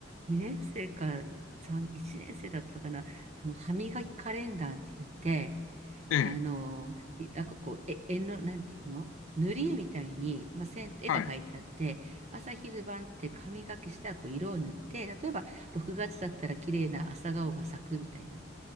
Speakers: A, on the right; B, on the left.
A: 2年生か3、1年生だったかな、あの、歯磨きカレンダーって言って、
B: ええ、
A: あの、いなんかこう、え、絵の、なんていうの塗り絵みたいに、まあ、線、絵が描いてあって、
B: はい。
A: 朝昼晩って歯磨きしたらこう色を塗って、例えば6月だったら綺麗な朝顔が咲くみたいな。